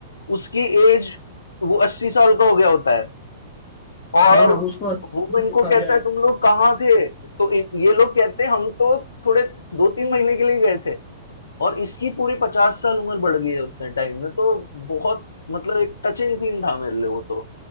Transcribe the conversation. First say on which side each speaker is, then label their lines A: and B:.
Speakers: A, on the left (about 70°); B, on the left (about 25°).
A: उसकी एज वो अस्सी साल का हो गया होता है और
B: हाँ उसको
A: वो इनको
B: दिखा
A: कहता
B: दिया है
A: है तुम लोग कहाँ थे तो इ- ये लोग कहते हैं हम तो थोड़े दो तीन महीने के लिए गए थे और इसकी पूरी पचास साल उम्र बढ़ गई है उतने टाइम में तो बहुत मतलब एक टचिंग सीन था मेरे लिए वो तो